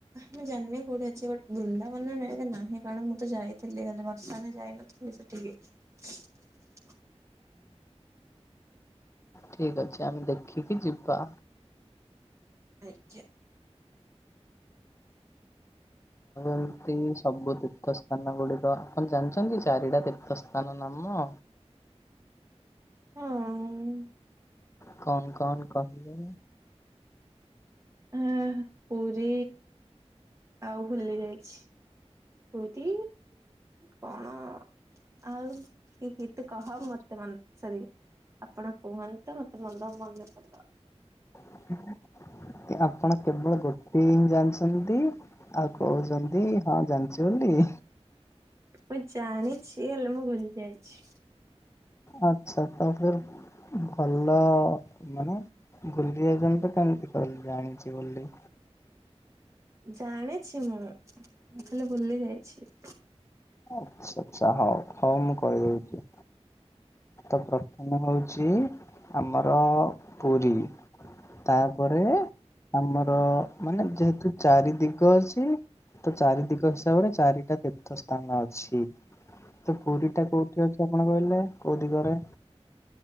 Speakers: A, on the right (about 25°); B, on the left (about 25°).
A: ମୁଁ ଜାଣିନି କୋଉଠି ଅଛି ବଟ୍ ବୃନ୍ଦାବନ୍ ରେ ମେ ବି ନାହିଁ କ ରଣ ମୁଁ ତ ଯାଇଥିଲି ଆର ବର୍ଷରେ ଯାଇନଥିଲି ସେଠିକି।
B: ଠିକ୍ ଅଛି ଆମେ ଦେଖିକି ଯିବା।
A: ଆଜ୍ଞା।
B: ଏମତି ସବୁ ତୀର୍ଥସ୍ଥାନ ଗୁଡିକ, ଆପଣ ଜାଣିଛନ୍ତି ଚାରିଟା ତୀର୍ଥ ସ୍ଥାନ ନାମ?
A: ହଁ।
B: କଣ କଣ କହିଲୁ?
A: ଆଁ ପୁରୀ, ଆଉ ଭୁଲି ଯାଇଛି? ପୁରୀ କଣ ଆଉ କି କି ତୁ କହ, ମତେ ମାନେ ସରି ଆପଣ କୁହନ୍ତୁ, ମତେ ମନ ମନେ ପଡିବ।
B: ହୁଁ ଆପଣ କେବଳ ଗୋଟେ ହିଁ ଜାଣିଛନ୍ତି, ଆଉ କହୁଛନ୍ତି ହଁ ଜାଣିଛି ବୋଲି। ହି।
A: ମୁଁ ଜାଣିଛି, ହେଲେ ମୁଁ ଭୁଲି ଯାଇଛି।
B: ଆଚ୍ଛା ତ ଫିର ଭଲ ଆଉ ମାନେ ଭୁଲି ଯାଉଛନ୍ତି, ତ କେମିତି କହିଲି ଜାଣିଛି ବୋଲି।
A: ଜାଣିଛି ମୁଁ, ହେଲେ ଭୁଲି ଯାଇଛି।
B: ଆଚ୍ଛା ଆଚ୍ଛା ହଉ ହଉ ମୁଁ କହିଦଉଛି, ତ ପ୍ରଥମେ ହଉ ଛି ଆମର ପୁରୀ, ତାପରେ ଆମ ର ମାନେ ଯେହେତୁ ଚାରି ଦିଗ ଅଛି। ତ ଚାରି ଦିଗ ହିସାବରେ, ଚାରିଟା ତୀର୍ଥ ସ୍ଥାନ ଅଛି। ତ ପୁରୀ ଟା କୋଉଠି ଅଛି, ଆପଣ କହିଲେ କୋଉ ଦିଗରେ?